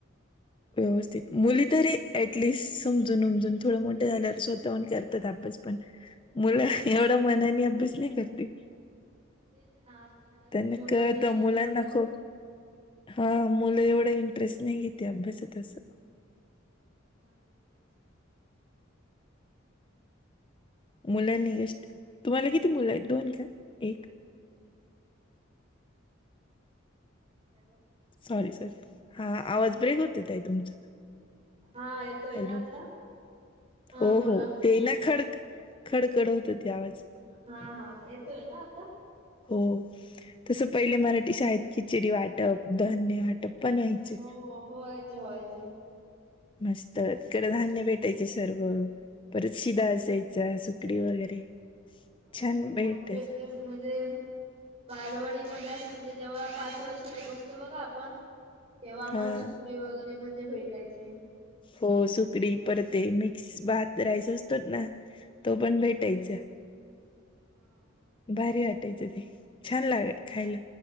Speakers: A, on the right; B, on the left.
A: हो
B: व्यवस्थित मुली तरी ऍटलिस्ट समजून उमजून थोडं मोठं झाल्यावर स्वतःहण करतात अभ्यास पण मुलं एवढा मनानी अभ्यास नाही करती.
A: तेच ना जास्त
B: त्यांना
A: मुलांनी
B: कळतं
A: शिकायला
B: मुला
A: पाहिजे.
B: नको हा मुलं एवढा इंटरेस्ट नाही घेते अभ्यासात असं.
A: हा ना तेच.
B: मुलांनी गष्ट. तुम्हाला किती मुलं आहेत दोन का एक?
A: हॅलो.
B: सॉरी सॉरी हा आवाज ब्रेक होतो ताई आहे तुमचा
A: हा येतोय
B: हॅलो
A: ना आता? हा
B: हो
A: बोला
B: हो ते ना खड खडकड होत ते आवाज
A: हा हा येतोय ना आता?
B: हो तसं पहिले मराठी शाळेत खिचडी वाटप धान्य वाटप. पण व्हायचे
A: हो हो होयचे होयचे.
B: मस्त कड धान्य भेटायचे सर्व परत शिदा
A: हा
B: असायची चा सुकडी वगैरे
A: हो
B: छान
A: सुप
B: भेटायचं
A: आमच्या इथे म्हणजे. बालवाडीमध्ये असं म्हणजे जेव्हा पाच वर्ष ते बसतो बघा आपण तेव्हा आम्हाला
B: हा
A: सुकडी वगैरे म्हणजे भेटायची.
B: हो सुकडी परते मिक्स भात राईस असतोच ना. तो पण भेटायचा
A: हा हा.
B: भारी वाटायचं ते छान लागय.
A: हो
B: खायला